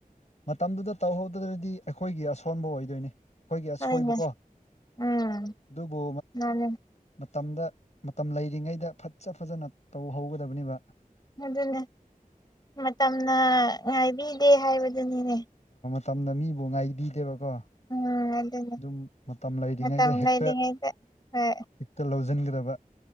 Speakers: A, on the left (about 50°); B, on the left (about 30°).
A: ꯃꯇꯝꯗꯨꯗ ꯇꯧꯍꯧꯗ꯭ꯔꯗꯤ ꯑꯩꯈꯣꯏꯒꯤ ꯑꯁꯣꯟꯕ ꯑꯣꯏꯗꯣꯏꯅꯤ ꯑꯩꯈꯣꯏꯒꯤ ꯑꯁꯣꯏꯕꯀꯣ
B: ꯍꯣꯏꯅꯦ ꯎꯝ
A: ꯑꯗꯨꯕꯨ
B: ꯃꯥꯅꯦ
A: ꯃꯇꯝꯗ ꯃꯇꯝ ꯂꯩꯔꯤꯉꯩꯗ ꯐꯖ ꯐꯖꯅ ꯇꯧꯍꯧꯒꯗꯕꯅꯤꯕ
B: ꯑꯗꯨꯅꯦ ꯃꯇꯝꯅ ꯉꯥꯏꯕꯤꯗꯦ ꯍꯥꯏꯕꯗꯨꯅꯤꯅꯦ
A: ꯃꯇꯝꯝꯅ ꯃꯤꯕꯨ ꯉꯥꯏꯕꯤꯗꯦꯕꯀꯣ
B: ꯎꯝ ꯑꯗꯨꯅꯦ
A: ꯑꯗꯨꯝ ꯃꯇꯝ ꯂꯩꯔꯤꯉꯩꯗ
B: ꯃꯇꯝ
A: ꯍꯦꯛꯇ
B: ꯂꯩꯔꯤꯉꯩꯗ ꯍꯣꯏ
A: ꯍꯦꯛꯇ ꯂꯧꯁꯤꯟꯒꯗꯕ